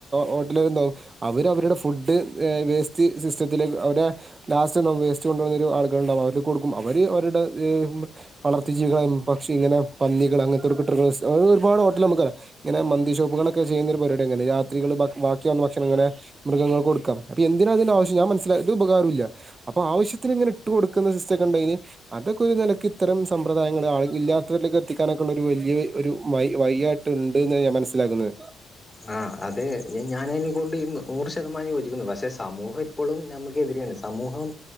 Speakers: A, on the right; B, on the left.
A: ഹോട്ടലെര് എന്താക്കും അവര് അവരുടെ ഫുഡ് വേസ്റ്റ് സിസ്റ്റം അവരെ ലാസ്റ്റ് വേസ്റ്റ് കൊണ്ടുവരുന്ന ആൾക്കാരുണ്ടാവും അവർക്ക് കൊടുക്കും അവര് അവരുടെ വളർത്തി ജീവികളെ പക്ഷി ഇങ്ങനെ പന്നികൾ അങ്കണത്തോർക്ക് ഇട്ട് കൊടുക്കുന്ന ഒരുപാട് ഹോട്ടൽ നമക്കറിയ ഇങ്ങനെ മന്തിഷോപ്പുകളൊക്കെ ചെയ്യുന്ന ഒരു പരിപാടി അങ്ങനെ രാത്രികൾ ബാക്കി വന്ന ഭക്ഷണം ഇങ്ങനെ മൃഗങ്ങൾക്ക് കൊടുക്കാം അപ്പ എന്തിന ഇതിൻ്റെ ആവശ്യം ഞാൻ മനസിലായത് ഒരു ഉപകാരവുമില്ല. അപ്പൊ ആവശ്യത്തിന് ഇങ്ങനെ ഇട്ട് കൊടുക്കുന്ന സിസ്റ്റക്ക ഇണ്ടെങ്കില്, അതൊക്കെ ഒരു നലക്ക് ഇത്തരം സമ്പ്രദായങ്ങൾ ആ ഇല്ലാത്തവരിലേക്ക് എത്തിക്കാനൊക്കെ ഉള്ള ഒരു വലിയ ഒരു വൈ ണ്ട്ന്ന ഞാൻ മനസ്സിലാക്കുന്നത്.
B: ആ അത് ഞാനതിനെക്കൊണ്ട് നൂറ് ശതമാനം യോജിക്കുന്നു. പക്ഷേ സമൂഹം ഇപ്പളും നമുക്കെതിരെയാണ് സമൂഹം